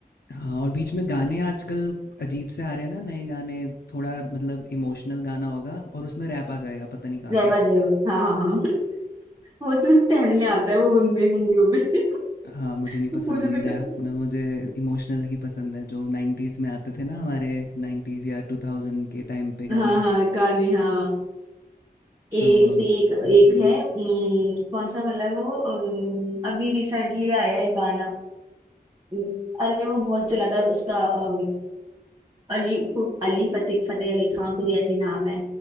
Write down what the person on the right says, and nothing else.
रहबा
जयलो हाँ हाँ हाँ <laughs> वो जो टहलने आता है वो उनमें मूवियों में <laughs>
वो
जो
तो
हाँ हाँ गाने हाँ ऐसी
एक
एक है अम, कौन सा वाला है वो अम, अभी रिसेंटली आया है एक गाना हम्म, अरे वो बहुत चला था उसका अम, अली को, अली फतेह फतेह अली खां कोई ऐसी नाम है